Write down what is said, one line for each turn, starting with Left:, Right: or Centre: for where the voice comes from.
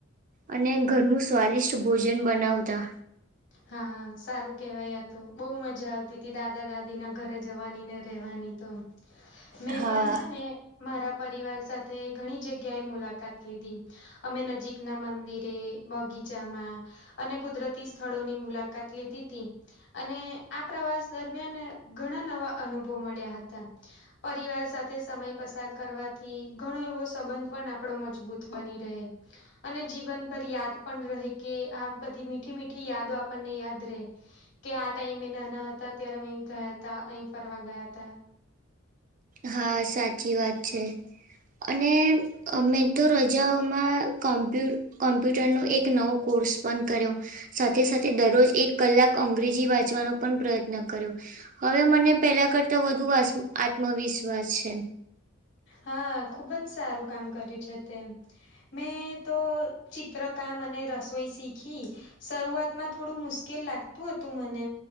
Right: અને ઘરનું સ્વાદિષ્ટ ભોજન બનાવતા.
Left: હા સારું કેહેવાય આતો બો મજા આવતી હતી દાદા દાદી ના ઘરે જવાની ને રહેવાની તો. મેં
Right: હા
Left: પણ છે ને મારા પરિવાર સાથે ઘણી જગ્યા એ મુલાકાત લીધી. અમે નજીક ના મંદિરે, બગીચામાં અને કુદરતી સ્થળોની મુલાકાત લીધી તી. અને આ પ્રવાસ દરમિયાન ઘણા નવા અનુભવ મળ્યા હતા. પરિવાર સાથે સમય પસાર કરવાથી ઘણો એવો સંબંધ પણ આપણો મજબૂત બની રહે. અને જીવનભર યાદ પણ રહે કે આ બધી મીઠી મીઠી યાદો આપણને યાદ રહે. કે આ ટાઈમ એ નાના હતા ત્યારે અમે ગયા તા અહી ફરવા ગયા હતા.
Right: હા સાચી વાત છે અને મેં તો રજાઓમાં કોમ્પ્યુ કોમ્પ્યુટરનો એક નવો કોર્સ પણ કર્યો. સાથે સાથે દરરોજ એક કલાક અંગ્રેજી વાંચવાનો પણ પ્રયત્ન કર્યો. હવે મને પેલા કરતા વધુ આસ આત્મવિશ્વાસ છે.
Left: હા ખુબ જ સારું કામ કર્યું છે તે. મેં તો ચિત્રકામ અને રસોઈ શીખી. શરૂઆતમાં થોડું મુશ્કેલ લાગતું હતું મને